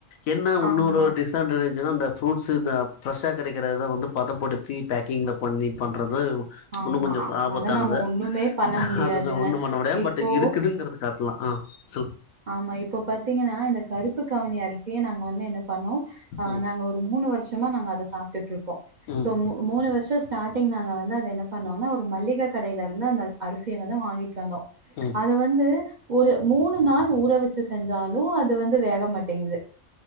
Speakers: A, on the left; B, on the right.
A: என்ன உன்னொரு
B: ஆமா,
A: டிஸ் அட்வாடேஞ்சினா இந்த ஃப்ரூட்ஸு இந்த ஃப்ரஷ்ஷா கெடைக்கிறத வந்து பதப்படுத்தி பேக்கிங்ல பண்ணி பண்றத
B: ஆமா.
A: உன்னு கொஞ்சோ
B: அ
A: ஆபத்தானது
B: அத நம்ம ஒண்ணுமே பண்ண முடியாதுங்க.
A: அதுதா ஒண்ணு பண்ண முடியாது
B: இப்போ
A: பட் இருக்குதுங்கற காட்லா ஆ சில்
B: ஆமா இப்போ பாத்தீங்கன்னா இந்த கருப்பு கவுனி அரிசிய நாங்க வந்து என்ன பண்ணோ ஆ
A: ம்
B: நாங்க ஒரு மூணு வருஷமா நாங்க அத சாப்ட்டுட்டுருக்கோ
A: ம்
B: சோ மூ மூணு வருஷத் ஸ்டார்டிங் நாங்க வந்து அத என்ன பண்ணோம்னா ஒரு மள்ளிக கடைலர்ந்து அந்த அரிசிய வந்து வாங்கி ட்வந்தோ
A: ம்
B: அது வந்து ஒரு மூணு நாள் ஊற வச்சு செஞ்சாலு அது வந்து வேக மாட்டேங்கிது